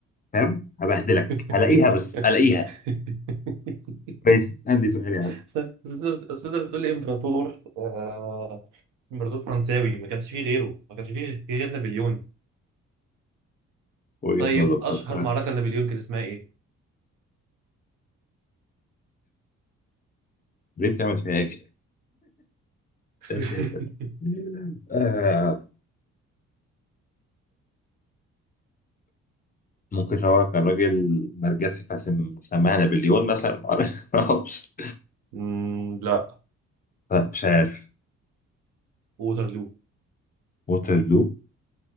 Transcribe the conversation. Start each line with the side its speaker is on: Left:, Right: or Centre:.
Left: فاهم هبهدلك
Right: <laughs>
Left: هلاقيها بس هلاقيها ماشي عندي سؤال يا عم
Right: أصل أنت أصل أنت بتقول لي إمبراطور آه، إمبراطور فرنساوي ما كانش فيه غيره ما كانش فيه غير نابليون
Left: وجهة
Right: طيب
Left: نظر
Right: أشهر
Left: بقى.
Right: معركة نابليون كان اسمها إيه؟
Left: ليه بتعمل فيها هيك؟
Right: <laughs>
Left: بتعمل فيها هيك؟ آه ممكن هو كان راجل نرجسي فسم سماها نابليون مثلا <laughs> معرفش.
Right: مم، لا
Left: لا، مش عارف
Right: ووترلو
Left: ووترلو